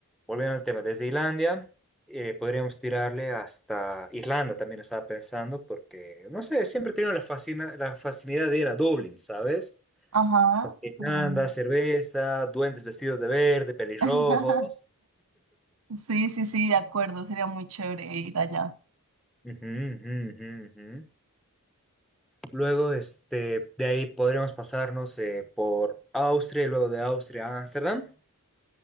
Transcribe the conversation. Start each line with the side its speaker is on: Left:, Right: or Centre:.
Centre: volviendo al tema, desde Islandia eh, podríamos tirarle hasta Irlanda, también estaba pensando, porque, no sé, siempre he tenido la, fascina, la facilidad de ir a Dublín, ¿sabes?
Right: Ajá.
Centre: Es como que Irlanda,
Right: mm.
Centre: cerveza, duendes vestidos de verde, pelirrojos.
Right: <laughs> Sí, sí, sí, de acuerdo, sería muy chévere ir allá.
Centre: Ujú, ujú, ujú, ujú. Luego, este, de ahí podríamos pasarnos eh, por Austria y luego de Austria a Ámsterdam.